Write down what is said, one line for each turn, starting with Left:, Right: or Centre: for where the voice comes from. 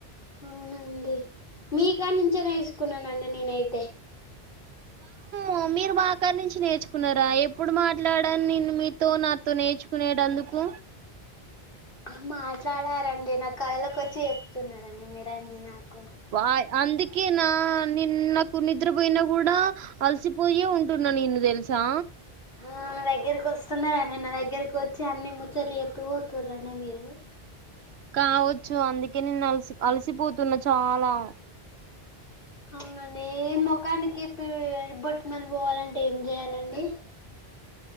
Left: అవునండి మీకానుంచే నేర్సుకున్నానండి నేనైతే
Right: ఒ మీరు మా కానుంచి నేర్చుకున్నారా ఎప్పుడు మాట్లాడ నేను మీతో నాతో నేర్చుకునేటందుక్ తుం
Left: అ మాట్లాడారండి నా కలలకొచ్చి చెప్తున్నారండి మీరన్ని నాక్
Right: వాయ్ అందు కేనా నిన్ నాకు నిద్రపోయినా కూడా అలసిపోయే ఉంటున్నా నేను తెలుసా
Left: ఒ నా దగ్గరకి వస్తున్నద నిన్న దగ్గరకి వచ్చి అన్ని ముచ్చట్లు చెప్పిపోతుర్రనె మీరు
Right: కావచ్చు అందుకే నేన్ అల్సి అల్సిపోతున్నా చాలా
Left: అవునండి ఎ ముఖానికెప్పి బోట్మల్ పోవాలంటే ఏం చేయాలండి
Right: <inaudible>